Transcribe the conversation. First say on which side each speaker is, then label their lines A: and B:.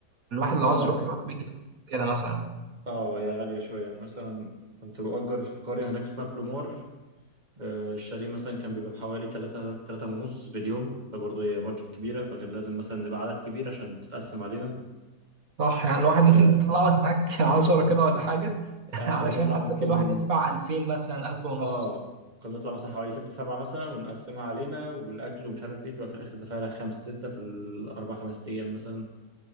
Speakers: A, on the right; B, on the right.
A: الواحد لو
B: اه
A: عاوز يروح يروح بكده كده مثلا
B: اه يا غاليه شويه يعني مثلا كنت بأجر في قريه هناك اسمها بلومار آه، الشاليه مثلا كان بيبقى بحوالي 3 3 ونص في اليوم فبرضه هي بادجت كبيره فكان لازم مثلا نبقى عدد كبير عشان تتقسم علينا
A: صح يعني الواحد ممكن
B: آه،
A: تطلع لك معاك <laughs> 10 كده ولا حاجه
B: يعني
A: <laughs> علشان
B: كنا بنطلع
A: حتى
B: ممكن
A: كل واحد يدفع 2000 مثلا 1000 ونص
B: اه كنا بنطلع مثلا حوالي ستة سبعة مثلا ونقسمها علينا وبالأكل ومش عارف ايه تبقى في الآخر دافع لها خمسة ستة في الأربع خمس أيام مثلا